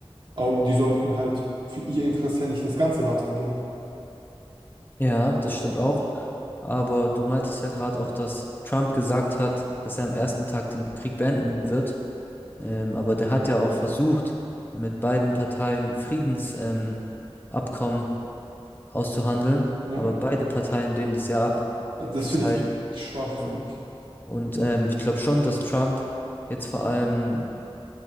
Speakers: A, on the right; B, on the left.
A: Aber die sollten halt für ihr Interesse nicht das ganze Land verlieren.
B: ja, das stimmt auch. Aber du meintest ja gerade auch, dass Trump gesagt hat, dass er am ersten Tag den Krieg beenden wird. Ähm, aber der hat ja auch versucht, mit beiden Parteien Friedensabkommen ähm, Abkommen auszuhandeln,
A: Ne?
B: aber beide Parteien lehnen das ja ab.
A: Also das
B: Das
A: finde
B: heißt,
A: ich Schwachsinn.
B: und, und ähm, ich glaube schon, dass Trump jetzt vor allem,